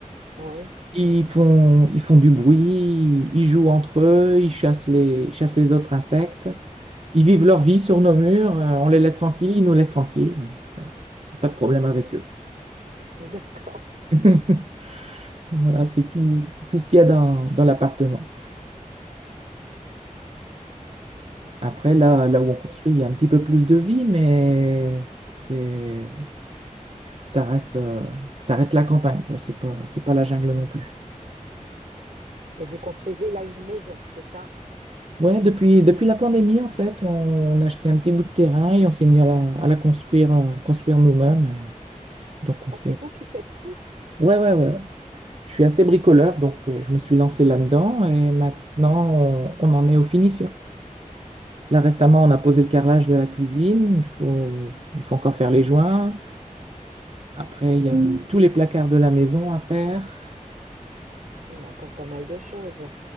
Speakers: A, on the right; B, on the right.
A: Oui,
B: Ils font, ils font du bruit, ils jouent entre eux, ils chassent les, ils chassent les autres insectes, ils vivent leur vie sur nos murs, euh, on les laisse tranquilles, ils nous laissent tranquilles. Donc, euh, j'ai pas de problème avec eux.
A: <laughs> d'accord.
B: <laughs> Voilà, c'est tout, c'est tout ce qu'il y a dans, dans l'appartement. Après, là, là où on construit, il y a un petit peu plus de vie, mais c'est, ça reste, euh, ça reste la campagne, quoi. C'est pas, c'est pas la jungle non plus.
A: Et vous construisez là une maison, c'est ça?
B: Ouais, depuis, depuis la pandémie, en fait, on, on a acheté un petit bout de terrain et on s'est mis à la, à la construire, euh, construire nous-mêmes. Et donc, on
A: Ah,
B: fait.
A: c'est vous qui faites tout?
B: Ouais, ouais, ouais. Je suis assez bricoleur, donc euh, je me suis lancé là-dedans et maintenant, on, on en est aux finitions. Là, récemment, on a posé le carrelage de la cuisine. Il faut, il faut encore faire les joints. Après, il y a euh, tous les placards de la maison à faire.
A: Oui, il y a encore pas mal de choses.